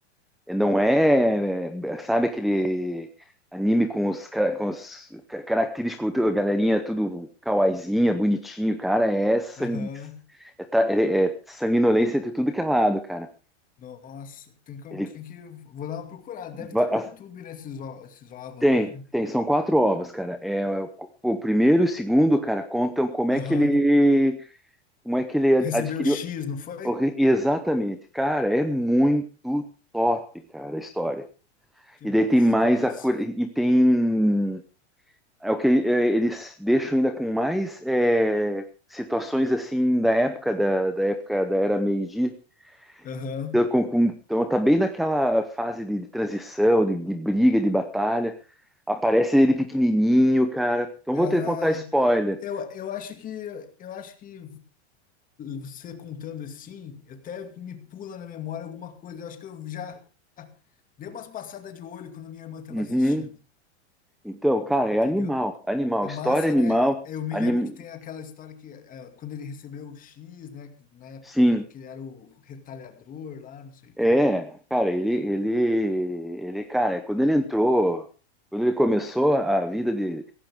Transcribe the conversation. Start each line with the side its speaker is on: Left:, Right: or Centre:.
Centre: E Não é, é, sabe aquele anime com os, ca- com os ca- característicos, tu- galerinha tudo kawaiizinha, bonitinho, cara, é sangue,
Left: aham.
Centre: é, ta- é- é sanguinolência de tudo que é lado, cara.
Left: Nossa, tem que,
Centre: Ele
Left: tem que, vou dar uma procurada. Deve
Centre: va-
Left: ter no
Centre: as-
Left: YouTube, né, esses, ó- esses ovos
Centre: tem,
Left: aí, né?
Centre: tem, são quatro ovas, cara. É, é o o primeiro e o segundo, cara, contam como
Left: Aham.
Centre: é que ele como é que ele
Left: Recebeu
Centre: ad- adquiriu
Left: X, não foi?
Centre: Corre- Exatamente, cara, é muito top, cara, a história.
Left: Que
Centre: E
Left: massa,
Centre: daí tem mais
Left: que massa.
Centre: a cor- e tem é o que é, eles deixam ainda com mais é, situações assim da época da, da época da era Meiji.
Left: Aham.
Centre: Então, com- com- então tá bem naquela fase de, de transição, de, de briga, de batalha. Aparece ele pequenininho, cara. Então
Left: Ah,
Centre: vou ter que contar spoiler.
Left: eu, eu acho que eu acho que você contando assim, até me pula na memória alguma coisa. Eu acho que eu já dei umas passadas de olho quando minha irmã estava
Centre: Uhum.
Left: assistindo,
Centre: Então, cara,
Left: entendeu?
Centre: é animal, animal,
Left: É
Centre: história
Left: massa,
Centre: animal,
Left: né? Eu me
Centre: anim...
Left: lembro que tem aquela história que eh, quando ele recebeu o X, né? Na época
Centre: sim.
Left: de- que ele era o retalhador lá, não sei o
Centre: É,
Left: quê.
Centre: cara, ele, ele, ele, cara, quando ele entrou, quando ele começou a vida de,